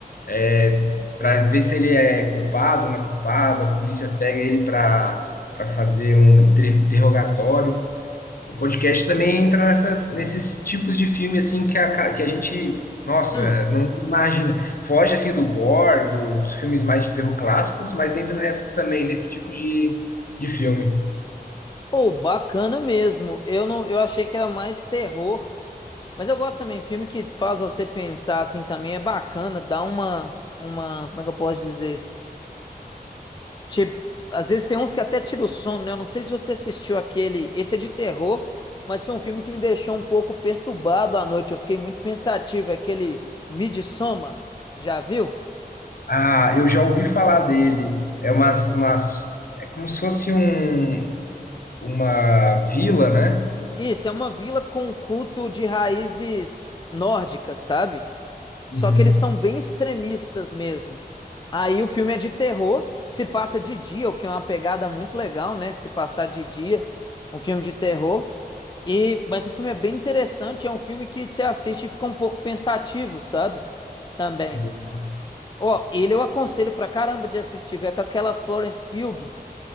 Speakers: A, on the left (about 65°); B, on the left (about 30°).
A: é, para ver se ele é culpado ou não é culpado. A polícia pega ele para para fazer um inter- interrogatório. O podcast também entra nessas, nesses tipos de filme assim que a, que a gente, nossa,
B: hum,
A: não imagina. Foge assim do gore, do- dos filmes mais de terror clássicos, mas entra nessas também, nesse tipo de, de filme.
B: ou bacana mesmo. Eu não, eu achei que era mais terror, mas eu gosto também filme que faz você pensar assim também é bacana, dá uma, uma, como é que eu posso dizer? Tipo, às vezes tem uns que até tira o sono, né? Eu não sei se você assistiu aquele. Esse é de terror, mas foi um filme que me deixou um pouco perturbado à noite. Eu fiquei muito pensativo. É aquele Midsommar, já viu?
A: Ah, eu já ouvi falar dele. É umas, umas, é como se fosse um, uma vila, né?
B: Isso, é uma vila com um culto de raízes nórdicas, sabe? Só
A: Uhum.
B: que eles são bem extremistas mesmo. Aí o filme é de terror, se passa de dia, o que é uma pegada muito legal, né? Se passar de dia, um filme de terror. E mas o filme é bem interessante, é um filme que você assiste e fica um pouco pensativo, sabe? Também.
A: Boa.
B: Ó, ele eu aconselho pra caramba de assistir, é com aquela Florence Pugh,